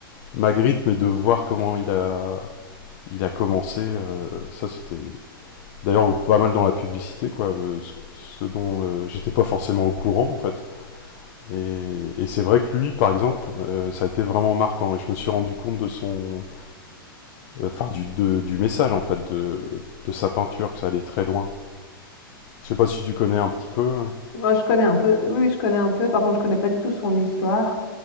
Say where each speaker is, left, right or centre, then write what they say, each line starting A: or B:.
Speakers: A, on the left (about 45°); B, on the left (about 65°).
A: Magritte, mais de voir comment il a il a commencé, euh, ça c'était d'ailleurs pas mal dans la publicité, quoi. euh, ce, ce dont euh, j'étais pas forcément au courant, en fait. Et, et c'est vrai que lui, par exemple, euh, ça a été vraiment marquant. Et je me suis rendu compte de son euh, enfin du, de- du message en fait de, de sa peinture, que ça allait très loin. Je sais pas si tu connais un petit peu.
B: Moi, je connais un peu. Oui, oui, je connais un peu. Par contre, je connais pas du tout son histoire.